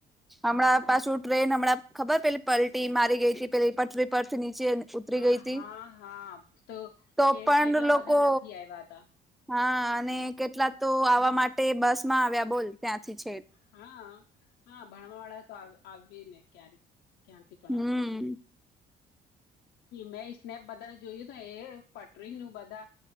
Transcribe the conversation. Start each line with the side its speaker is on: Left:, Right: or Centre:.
Centre: હમણાં પાછું ટ્રેન હમણાં ખબર પેલી પલટી મારી ગઈ હતી પેલી પટરી પરથી નીચે ઉતરી
Left: હા
Centre: ગઈ હતી,
Left: હા
Centre: તો
Left: કે
Centre: પણ
Left: કેટલા
Centre: લોકો
Left: બધા નથી આવ્યા હતા
Centre: હા અને કેટલા તો આવા માટે બસમાં આવ્યા બોલ ત્યાંથી છેક.
Left: હાઆ હા ભણવા વાળા તો આવ આવી ને ક્યારે ક્યાંથી પણ
Centre: હમ
Left: આવે. મેં સ્નેપ બધાને જોયું તો એ પટરી નું બધા